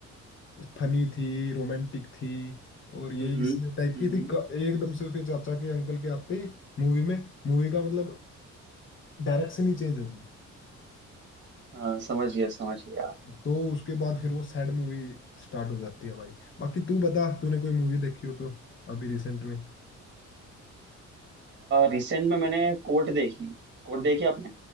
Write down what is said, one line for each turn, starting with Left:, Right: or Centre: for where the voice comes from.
Left: फनी थी रोमांटिक थी और ये
Right: हम्म
Left: इसमें
Right: हम्म
Left: टाइप की थी
Right: हम्म,
Left: क- एकदम से उसके चाचा के अंकल के आते ही मूवी में मूवी का मतलब डायरेक्शन ही चेंज होगी
Right: हाँ समझ गया समझ गया
Left: तो उसके बाद फिर वो सैड मूवी स्टार्ट हो जाती है भाई बाकी तू बता तूने कोई मूवी देखी हो तो अभी रिसेंट में
Right: रिसेंट में मैंने कोर्ट देखी कोर्ट देखी आपने